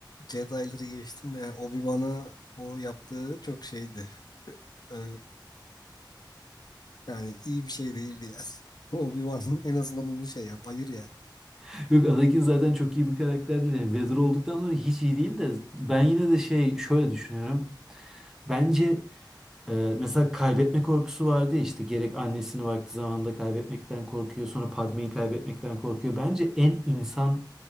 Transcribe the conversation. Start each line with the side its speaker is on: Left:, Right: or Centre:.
Left: Jedi'ları geçtim de yani Obi-Wan'a o yaptığı çok şeydi. Ee, yani iyi bir şey değildi yani. <laughs> Obi-Wan en azından onu şey yap ayır yani.
Centre: <laughs> Yok Anakin zaten çok iyi bir karakter değil. Yani Vader olduktan sonra hiç iyi değil de ben yine de şey şöyle düşünüyorum. Bence e, mesela kaybetme korkusu vardı ya işte gerek annesini vakti zamanında kaybetmekten korkuyor sonra Padme'yi kaybetmekten korkuyor. Bence en insan